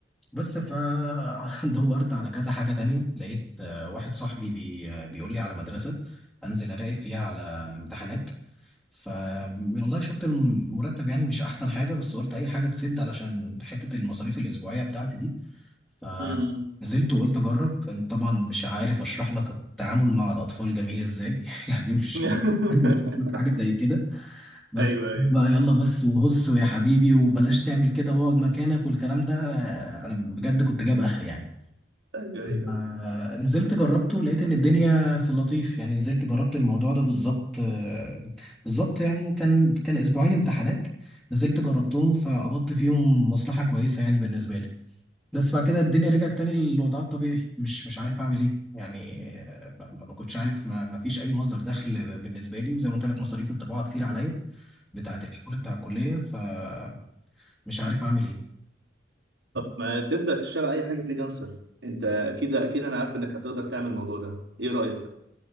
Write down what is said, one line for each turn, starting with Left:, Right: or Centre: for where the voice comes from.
Centre: بس فدورت <laughs> على كذا حاجة تانية لقيت آه، واحد صاحبي بي آه، بيقول لي على مدرسة أنزل أراقب فيها على امتحانات ف والله شفت المرتب يعني مش أحسن حاجة بس قلت أي حاجة تسد علشان حتة المصاريف الأسبوعية بتاعتي دي فنزلت
Right: أمم،
Centre: وقلت أجرب طبعا مش عارف أشرح لك التعامل مع الأطفال جميل إزاي <laughs> يعني مش
Right: أمم.
Centre: مش- أنا وصفت لك
Right: <laughs>
Centre: حاجة زي كده بس
Right: ايوه ايوه
Centre: بقى يلا بس وهص ويا حبيبي وبلاش تعمل كده واقعد مكانك والكلام ده انا أنا بجد كنت جايب اخر يعني
Right: ايوه ايوه
Centre: آه، نزلت جربته لقيت ان الدنيا في اللطيف يعني نزلت جربت الموضوع ده بالظبط آه، بالظبط يعني كان كان اسبوعين امتحانات نزلت جربتهم فقبضت فيهم مصلحة كويسة يعني بالنسبة لي بس بعد كده الدنيا رجعت تاني للوضع الطبيعي مش مش عارف اعمل ايه يعني آه، ما ما- ما كنتش عارف ما ما فيش اي مصدر دخل بالنسبة لي وزي ما قلت لك مصاريف الطباعة كتير عليا بتاعة الشغل بتاع الكلية فمش عارف أعمل إيه
Right: طب ما تبدأ تشتغل أي حاجة فريلانسر أنت أكيد أكيد أنا عارف إنك هتقدر تعمل الموضوع ده إيه رأيك؟